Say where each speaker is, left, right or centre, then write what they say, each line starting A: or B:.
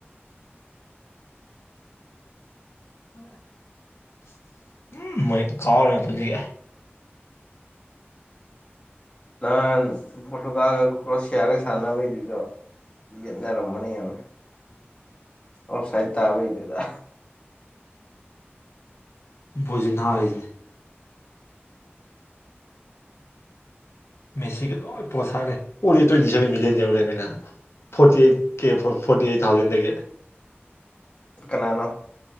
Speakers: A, on the left; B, on the left.
A: <inaudible>
B: <unintelligible>
A: ꯅꯍꯥꯟ ꯐꯣꯇꯣꯒꯜ ꯀꯣꯔꯁꯤꯌꯥꯔꯒ ꯁꯥꯟꯅꯕꯩꯗꯨꯗ ꯌꯦꯠꯅꯦꯔꯝꯃꯅꯤ ꯌꯥꯝ ꯑꯣꯐ ꯁꯥꯏ ꯇꯕꯩꯗꯨꯗ
B: ꯕꯨꯖꯤꯍꯥꯔ ꯃꯦꯁꯤꯒ ꯂꯣꯏ ꯄꯣꯠ ꯁꯥꯔꯦ ꯎꯔ ꯇ꯭ꯋꯦꯟꯇꯤ ꯁꯚꯦꯟ ꯃꯤꯂꯤꯌꯟ ꯌꯧꯔꯃꯤꯅ forty eight K forty eight ꯊꯥꯎꯖꯟꯗꯒꯤ꯫
A: ꯀꯅꯥꯅꯣ